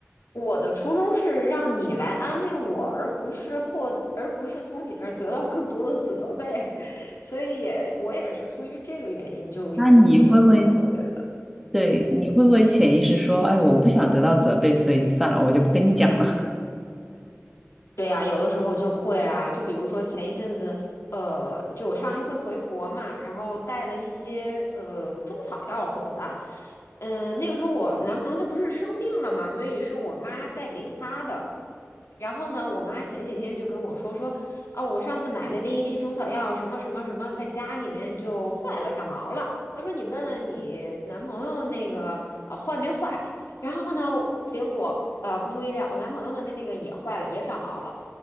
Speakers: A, on the left; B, in the centre.
A: 我的初衷是让你来安慰我，而不是获，而不是从你那儿得到更多的责备，<laughs> 所以也我也是出于这个原因，就有的时候也不是特别的。
B: 那你会不会，对，你会不会潜意识说，哎，我不想得到责备，所以算了，我就不跟你讲了。<laughs>
A: 对呀，有的时候就会啊，就比如说前一阵子，呃，就我上一次回国嘛，然后带了一些呃中草药回来，嗯、那个时候我男朋友他不是生病了嘛，所以是我妈带给他的。然后呢，我妈前几天就跟我说说，哦，我上次买的那一批中草药什么什么什么，在家里面就坏了，长毛了。她说你问问你男朋友那个啊、坏没坏？然后呢，结果呃不出意料，我男朋友的那个也坏了，也长毛了。